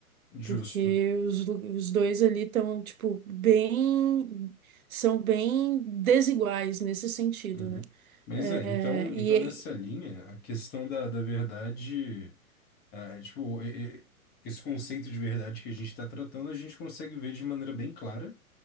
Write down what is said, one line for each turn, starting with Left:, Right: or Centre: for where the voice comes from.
Left: justo.
Right: Porque os, lu- os dois ali estão, tipo, bem. São bem desiguais nesse sentido,
Left: uhum.
Right: né?
Left: Mas
Right: É,
Left: é, então,
Right: e,
Left: então nessa linha, a questão da, da verdade, ah, tipo, e- e- esse conceito de verdade que a gente está tratando, a gente consegue ver de maneira bem clara